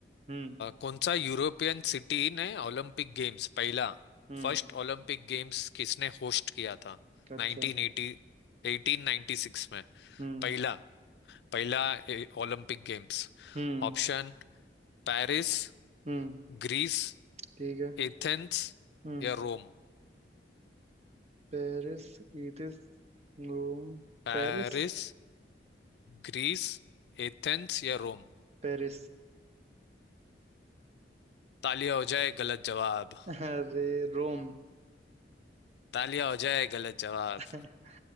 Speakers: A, on the right; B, on the left.
A: हम्म
B: कौन सा यूरोपियन सिटी ने ओलंपिक गेम्स पहला
A: हम्म
B: फर्स्ट ओलंपिक गेम्स किसने होस्ट किया था
A: अच्छा
B: 1980 1896 में
A: हम्म
B: पहला पहला ए- Olympic games
A: हम्म
B: Option Paris
A: हम्म
B: Greece
A: ठीक है
B: Athens
A: हम्म
B: या रोम
A: पेरिस इथिस रोम
B: पेरिस
A: पेरिस
B: ग्रीस एथेंस या रोम
A: पेरिस
B: तालिया हो जाए गलत जवाब
A: अरे रोम
B: तालिया हो जाए गलत जवाब
A: <laughs>